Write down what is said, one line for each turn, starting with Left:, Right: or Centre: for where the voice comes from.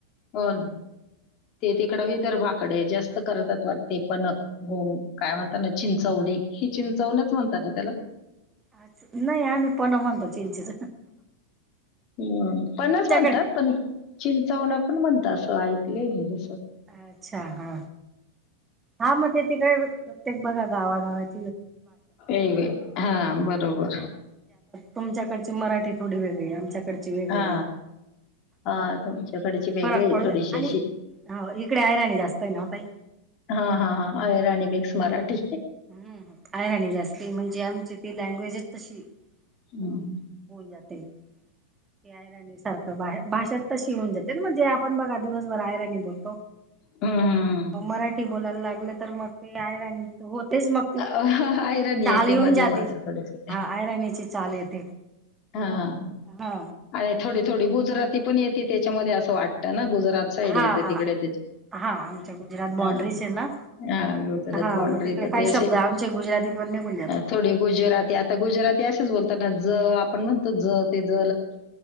Left: हो ना ते तिकड वि दर्भाकडे जास्त करतात वाटते पन्ह. हो काय म्हणता लय चिंचवडी. ही चिंचवणच म्हणता ना त्याला
Right: अच् नाही आम्ही पन्ह म्हणतो चिंचेच.
Left: हम्म पन्हच
Right: तुमच्याकडे
Left: म्हणतात पण चिंचावण पण म्हणता असं ऐकलय मी
Right: अच्छा हा हा मग ते तिक प्रत्येक बघा गावागावात
Left: एवे हा बरोबर
Right: तुमच्याकडे ती मराठी थोडी वेगळी आमच्याकडची वेगळी
Left: हा हा तुमच्याकडची वेगळी
Right: फरक
Left: आहे
Right: पडू
Left: थोडीशी
Right: आणि
Left: अशी
Right: इकडे आहेयराणी जास्त आहे ना ओ ताई.
Left: हा हा <unintelligible> मिक्स मराठी
Right: <unintelligible> ते म्हणजे आमची ती लँग्वेजच तशी
Left: हम्म
Right: होऊन जाते. <unintelligible> सारखं बा भाषाच त श होन जाते ना म्हणजे आपण बघा दिवसभर आहेयराणी बोल आणि
Left: हम्म
Right: मग मराठी बोलायला लागलं. तर मग ते आहे आणि हो. तेच मग त
Left: अ, अहिराणी
Right: चाल
Left: येते
Right: येऊन
Left: मध्ये
Right: जाते
Left: असं थोडीशी
Right: हा आयराणीची चाल येते.
Left: हा.
Right: हा
Left: अर थोडी थोडी गुजराती पण ये त्याच्यामध्ये असं वाटतं ना गुजात साड
Right: हा
Left: येत
Right: हा
Left: तिकडे
Right: हा आमच्या गुजरात बाॉंड्रीज
Left: ह
Right: आहे ना
Left: हा गुजरात
Right: हा
Left: बांड्री
Right: मग तिकडे
Left: ते
Right: काही शब्द आमचे गुजराती पण निघून जातात
Left: थोडी गुजराती आता गुजरातीच ब आपण म्हण तुझ तेज